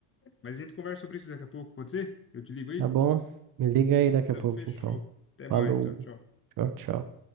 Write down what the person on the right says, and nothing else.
Tá bom? Me liga aí daqui
a pouco,
então.
Falou.
Tchau, tchau.